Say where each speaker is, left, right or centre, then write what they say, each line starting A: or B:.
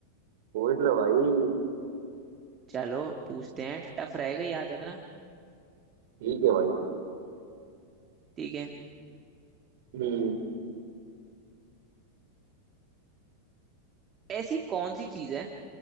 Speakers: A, on the right; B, on the right.
A: पूछ लो भाई
B: चलो पूछते हैं टफ रहेगा याद रखना
A: ठीक है भाई
B: ठीक है
A: हम्म
B: ऐसी कौन सी चीज है